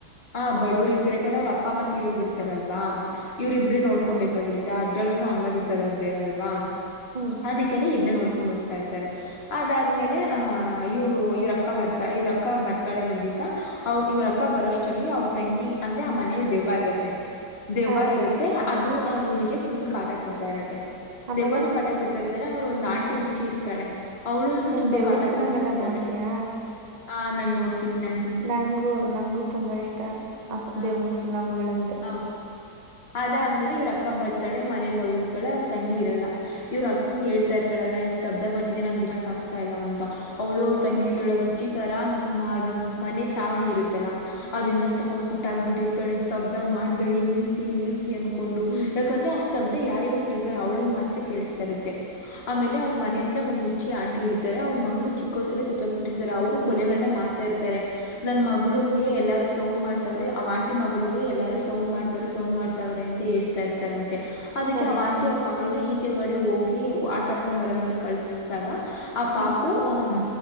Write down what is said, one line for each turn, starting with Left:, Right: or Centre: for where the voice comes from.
Left: ಹಾ ಬಡವರ್ ಇರ್ತಾರೆ ಯಾಕಂದ್ರೆ ಅವ್ರ ಅಪ್ಪ ಅಮ್ಮ ತೀರ ಹೋಗಿರ್ತಾರಲ್ವಾ ಇವ್ರ ಇಬ್ರ ನೋಡ್ಕೊಂಬಬೇಕಾಗಿರ್ತ್ತ.
Right: ಹ
Left: ಮತ್ತೆ ಅದ್ರಲ್ಲೂನು ಅಂಗವಿಕಲರ್ ಬೇರೆ ಅಲ್ವಾ.
Right: ಹ್ಮ್-
Left: ಅದಕ್ಕೆೇನೆ ಇಬ್ರೆ ನೋಡ್ಕೊಂಡ ಹೋಗತ ಇರ್ತಾರೆ. ಅದಾದ್ಮೇಲೆ ಅ ಇವ್ರು ಇವ್ರಕ್ಕ ಬರ್ತಾ ಇವ್ರಕ್ಕ ಬರ್ತಾಳೆ ಒಂದ ದಿಸ. ಅವ್ರ ಇವ್ರ ಅಕ್ಕ ಬರೋಷ್ಟಲ್ಲಿ ಅವ್ರ ತಂಗಿ ಅಂದ್ರೆ ಆ ಮನೇಲಿ ದೆವ್ವ ಇರತ್ತೆ. ದೆವ್ವ
Right: ಹಾ ಸರಿ
Left: ಇರುತ್ತೆ
Right: ಹ್ಮ್
Left: ಅದು ಇವಳಿಗೆ ಫುಲ್ ಕಾಟ ಕೊಡ್ತಾ ಇರುತ್ತೆ
Right: ಆಮೇಲೆ
Left: ದೆವ್ವನೂ ಕಾಟ ಕೊಡ್ತಾ ಇರ್ತಾರೆ ಆಮೇಲೆ ಒಂದು ಆಂಟಿ ಹುಚ್ಚಿರ್ತಾಳೆ. ಅವಳುನು
Right: ನೀನ್
Left: ತುಂಬಾ
Right: ದೇವದ್
Left: ಕಾಟ
Right: ಫಿಲಮ್
Left: ಕೊಡ್ತಾ
Right: ಎಲ್ಲ
Left: ಇರ್ತಾಳೆ
Right: ನೋಡ್ತೀಯಾ
Left: ಆ ನಾನ ನೋಡ್ತೀನಿ ನಂ
Right: ನಂಗೂ ನಂಗೂ ತುಂಬಾ ಇಷ್ಟಾ ಅಸ
Left: ಹಾ
Right: ದೇವ ಫೀಲಂಗಳು ಅಂದ್ರೆ.
Left: ಹೌದು ಅದಾದ್ಮೇಲೆ ಇವ್ರ ಅಕ್ಕ ಬರ್ತಾಳೆ ಮನೆೆಯಲ್ಲಾ ಹುಡುಕ್ತಾಳೆ ಅವ್ರ ತಂಗಿ ಇರಲ್ಲ. ಇವ್ರ ಅಕ್ಕಂಗಗೆ ಹೇಳ್ತಾ ಇರ್ತಾಳಲ್ಲ ಇ ಸ್ತಬ್ದ ಬರ್ತಿದೆ ನಂಗೆ ಗಿರಕ್ ಆಗ್ತಾ ಇಲ್ಲ ಅಂತ. ಅವಳು ಅವ್ರು
Right: ಹ್ಮ್
Left: ತಂಗಿ ಇರ್ತಾಳೆ ಹುಚ್ಚಿ ತರಾ ಅದು ಮನೆ ಚಾವಣಿ ಇರುತ್ತಲ್ಲಾ ಅದನ್ನೆಲ್ಲ ತಗೊಂಡ್ ಕುಟ್ಟಕ್ಬಿಟ್ಟಿರ್ತ. ತಬ್ದ ಮಾಡ್ಬೇಡಿ ನಿಲ್ಸಿ ನಿಲ್ಸಿ ಅನ್ಕೊಂಡು
Right: ಹ್ಮ್
Left: ಯಾಕಂದ್ರೆ ಅಷ್ಟ ಸ್ತಬ್ಧ ಯಾರಿಗೂ ಕೇಳಸಲ್ಲ ಅವ್ಳಿಗೆ ಮಾತ್ರ ಕೇಳಿಸ್ತಾ ಇರುತ್ತೆ. ಆಮೇಲೆ ಅವ್ರ ಮನೆ ಹತ್ರಾ ಒಂದು ಹುಚ್ಚಿ ಆಂಟ ಇತಾರೆ ಅವ್ರ ಮಗಳು ಚಿಕ್ಕೋಸ್ಸಲೇ ಸುತ್ತ ಹೋಗ್ ಬಿಟ್ಟಿರ್ತಾರೆ ಅವರು
Right: ಹ್ಮ್
Left: ಕೊಲೆಗಳನ್ನ ಮಾಡ್ತಾ ಇರ್ತಾರೆ ನನ್ ಮಗಳನ್ಗೆ
Right: ಹ್ಮ್
Left: ಎಲ್ಲಾರೂ ಸೌಂಡ್ ಮಾಡ್ ವ್ರಿ ಅವ ಆಂಟಿ ಮಗಳಿಗೆ ಎಲ್ಲಾರೂ ಸೌಂಡ್ ಮಾಡ್ತವ್ರೆ ಸೌಂಡ್ ಮಾಡ್ತವ್ರೆ ಅಂತ ಹೇಳ್ತಾ ಇರ್ತಾರಂತೆ. ಅದಕ್ಕೆ
Right: ಸರಿ
Left: ಅವ ಆಂಟಿ
Right: ಹ್ಮ್
Left: ಅವ್ರ ಮಗಳನ್ನ ಈಚೆಗಡೆ ಹೋಗಿ ಆಟ ಆಡ್ಕೊ ಬರಗಂತ ಕಳಸಿದಾಗ. ಆ ಪಾಪು
Right: ಹ್ಮ್
Left: ಅಂ